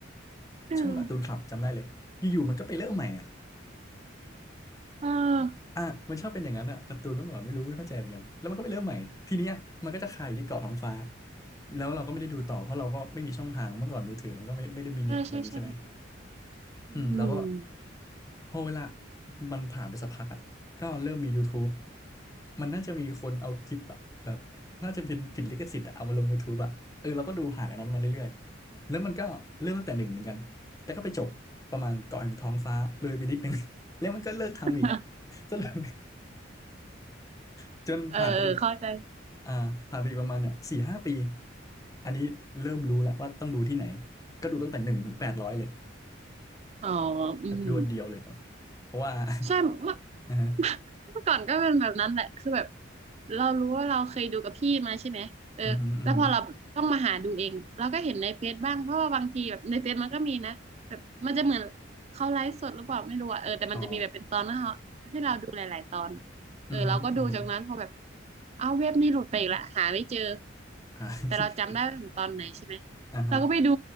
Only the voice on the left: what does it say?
ช่องการ์ตูนคลับจำได้เลยอยู่ๆมันก็ไปเริ่มใหม่อะ
<laughs> อ่ะมันชอบเป็นอย่างนั้นอะการ์ตูนเมื่อก่อนไม่รู้ไม่เข้าใจเหมือนกันแล้วมันก็ไปเริ่มใหม่ทีเนี้ยมันก็จะคาอยู่ที่เกาะท้องฟ้าแล้วเราก็ไม่ได้ดูต่อเพราะเราก็ไม่มีช่องทางเมื่อก่อนมือถือมันก็ไม่ไม่ได้มีเน็ตอะไรอย่างงี้ใช่ไหม
อืมแล้วก็พอเวลามันผ่านไปสักพักอ่ะก็เริ่มมี YouTube มันน่าจะมีคนเอาคลิปอะแบบน่าจะเป็นผิดลิขสิทธิ์อะเอามาลง YouTube อ่ะเออเราก็ดูผ่านอันนั้นมาเรื่อยๆแล้วมันก็เริ่มตั้งแต่หนึ่งเหมือนกันแต่ก็ไปจบประมาณเกาะแห่งท้องฟ้าเลยไปนิดนึง <laughs> แล้วมันก็เลิกทำอีก
<laughs> ซะเลย <laughs> จนผ่านไปอีก
อ่าผ่านไปอีกประมาณเนี่ยสี่ห้าปีอันนี้เริ่มรู้แล้วว่าต้องดูที่ไหนก็ดูตั้งแต่หนึ่งถึงแปดร้อยเลย
แบบดวลเดียวเลยแบบเพราะว่า <laughs>
อ่อฮะ
อือฮึอือฮึ
อ๋ออือฮึอือฮึ
อ่า
<laughs> อ่าฮะ